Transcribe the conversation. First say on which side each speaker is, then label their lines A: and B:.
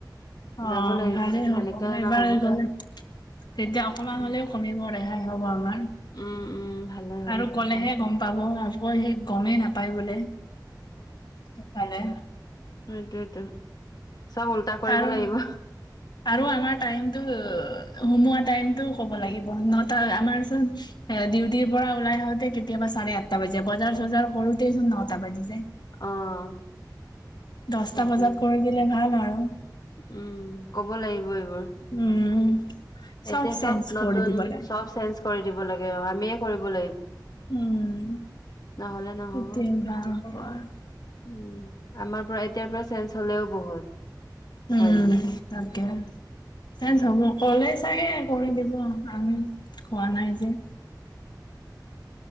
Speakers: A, on the left; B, on the left.
A: অ',
B: যাব লাগিব
A: ভালেই হ'ব
B: এনেকে
A: এইবাৰ
B: নহব
A: গ'লে তেতিয়া অকণমান
B: উম
A: হ'লেও কমিব ৰেহাই হ'ব আমাৰ।
B: উম, উম। ভালে হ'ব
A: আৰু ক'লেহে গম পাব আকৌ সি গমেই নাপায় বোলে। ইফালে
B: সেইটোয়েতো চব ওল্টা কৰিব
A: আৰু
B: লাগিব।
A: আৰু আমাৰ টাইমতটো সুমোৱা টাইমতটো ক'ব লাগিব নটা আমাৰ চোন এ ডিউটিৰ পৰা ওলাই আহোতে কেতিয়াবা চাৰে আঠটা বাজে বজাৰ চজাৰ কৰোতেচোন নটা বাজি যায়।
B: অ'।
A: দহটা
B: সেইটোয়ে
A: বজাত কৰি দিলে ভাল আৰু।
B: উম, ক'ব লাগিব এইবোৰ।
A: উম।
B: এতিয়া
A: চেঞ্জ
B: চব নতুন
A: কৰি দিব লাগে
B: চব চেঞ্জ কৰি দিব লাগে আমিয়ে কৰিব লাগিব।
A: উম,
B: নহলে নহব
A: সেইটোৱে ভাল খবৰ।
B: উম, আমাৰ পৰা এতিয়াৰ পৰা চেঞ্জ হ'লেও বহুত হয়
A: উম
B: নাই?
A: তাকে। চেঞ্জ হ'ব ক'লেই চাগে কৰি দিব আমি কোৱা নাই যে।